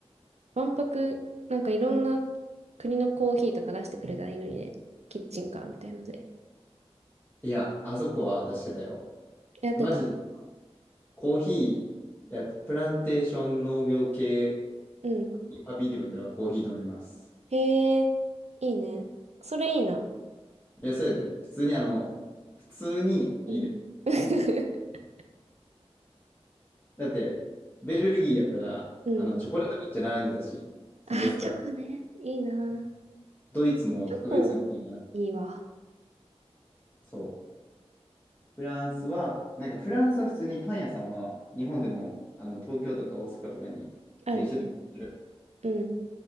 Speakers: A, on the right; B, on the left.
A: 万博、なんかいろんな国のコーヒーとか出してくれたらいいのにね。キッチンカーみたいので。
B: いや、あそこは出してたよ。
A: やってた。
B: マジで、コーヒーやって、プランテーション農業系
A: うん。
B: パビリオンではコーヒー飲めます。
A: へえ、いいね。それいいな。
B: いや、それで、普通にあの、普通にいいで。
A: うん。<laughs>
B: だって、ベルギーやったら、
A: うん。
B: あの、チョコレートめっちゃ並んでたし、そのレストラン。
A: あー、チョコね。いいな。
B: ドイツもドイツビール並んで
A: チョコ、いいわ。
B: そう。フランスは、なんかフランスは普通にパン屋さんは、日本でも、あの、東京とか大阪とかに、普通に出店する
A: あるね。うん、